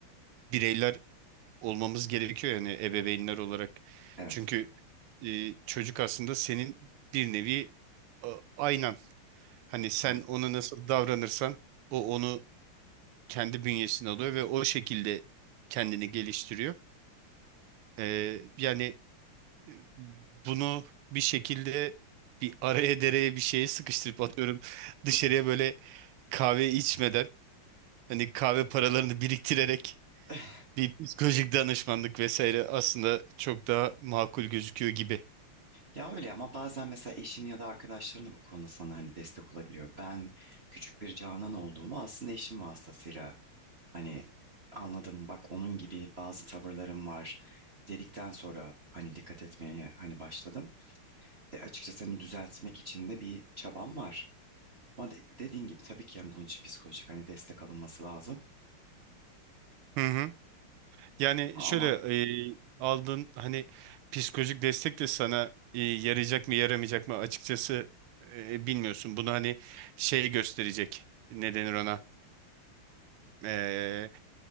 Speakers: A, on the right; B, on the right.
A: bireyler olmamız gerekiyor yani ebeveynler olarak.
B: Evet,
A: Çünkü e, çocuk aslında senin bir nevi e, aynan. Hani sen
B: yani.
A: ona nasıl davranırsan o onu kendi bünyesine alıyor ve o şekilde kendini geliştiriyor. Ee, yani e, bunu bir şekilde bir araya dereye bir şeye sıkıştırıp atıyorum <laughs> dışarıya böyle kahve içmeden hani kahve paralarını biriktirerek
B: <laughs>
A: bir psikolojik danışmanlık vesaire aslında çok daha makul gözüküyor gibi.
B: Ya öyle ama bazen mesela eşini ya da arkadaşların bu konuda sana hani destek olabiliyor. Ben küçük bir Canan olduğumu aslında eşim vasıtasıyla hani anladım bak onun gibi bazı tavırlarım var dedikten sonra hani dikkat etmeye hani başladım. E açıkçası hani düzeltmek için de bir çabam var. Ama de- dediğin gibi tabii ki yani bunun için psikolojik hani destek alınması lazım.
A: Hı hı. Yani
B: Ama
A: şöyle e, aldığın hani psikolojik destek de sana e, yarayacak mı yaramayacak mı açıkçası e, bilmiyorsun. Bunu hani şey gösterecek ne denir ona eee,